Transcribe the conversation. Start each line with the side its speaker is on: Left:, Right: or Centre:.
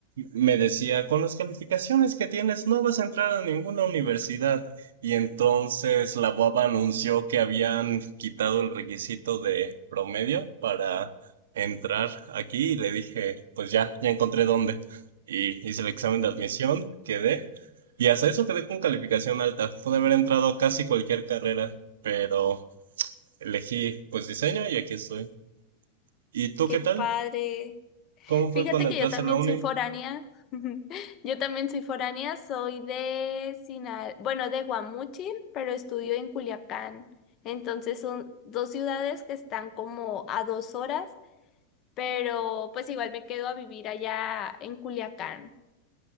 Right: me decía, con las calificaciones que tienes no vas a entrar a ninguna universidad. Y entonces la UABA anunció que habían quitado el requisito de promedio para entrar aquí y le dije, pues ya, ya encontré dónde. Y hice el examen de admisión, quedé. Y hasta eso quedé con calificación alta. Pude haber entrado a casi cualquier carrera, pero elegí pues diseño y aquí estoy. ¿Y tú
Left: Qué
Right: qué
Left: padre.
Right: tal? ¿Cómo
Left: Fíjate
Right: fue cuando
Left: que
Right: entraste
Left: yo también
Right: a la uni?
Left: soy foránea. <laughs> Yo también soy foránea, soy de Sinal, bueno, de Guamúchil, pero estudio en Culiacán. Entonces son dos ciudades que están como a dos horas, pero pues igual me quedo a vivir allá en Culiacán.